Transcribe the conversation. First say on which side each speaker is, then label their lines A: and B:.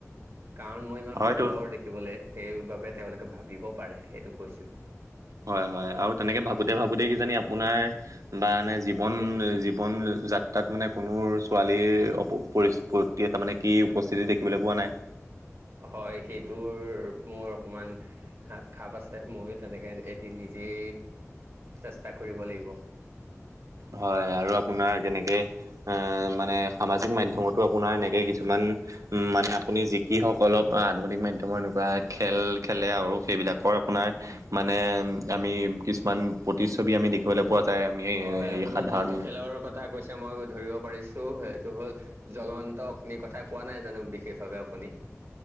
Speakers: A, on the right; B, on the right.
A: কাৰণ মই ইমান
B: হয়তো
A: সুন্দৰ দেখিবলৈ সেইবাবে তেওঁলোকে ভাবিব পাৰে সেইটো কৈছোঁ।
B: হয়, হয় আৰু তেনেকে ভাবোতে ভাবোতে কিজানি আপোনাৰ মানে জীৱন-জীৱন যাত্ৰাত মানে কোনো ছোৱালীৰ অ- পৰি দিয়ে, তাৰ মানে কি উপস্থিতি দেখিবলৈ পোৱা নাই।
A: হয়, সেইটোৰ মোৰ অকণমান খাপ আছে, ময়ো তেনেকৈ এদিন নিজেই চেষ্টা কৰিব লাগিব।
B: হয় আৰু আপোনাৰ কেনেকে আহ, মানে সামাজিক মাধ্যমতো আপোনাৰ এনেকে কিছুমান উ, মানে আপুনি সিসকলক আধুনিক মাধ্যমৰ এনেকুৱা খেল খেলে আৰু সেইবিলাকৰ আপোনাৰ মানে আমি কিছুমান প্ৰতিচ্ছবি আমি দেখিবলৈ পোৱা যায়, আমি
A: হয়
B: হেৰি
A: আপুনি
B: সাধাৰণ
A: যিটো খেলৰ কথা কৈছে, মই ধৰিব পাৰিছোঁ সেইটো হ'ল জ্বলন্ত অগ্নিৰ কথা কোৱা নাই জানো, বিশেষভাৱে আপুনি?